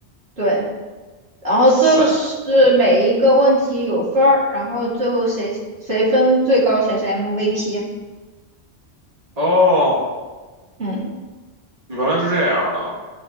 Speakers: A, on the right; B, on the right.
A: 对，然后最后是每一个问题有分儿，
B: 哇塞，
A: 然后最后谁谁分最高谁是 MVP，
B: 哦，
A: 嗯，
B: 原来是这样的，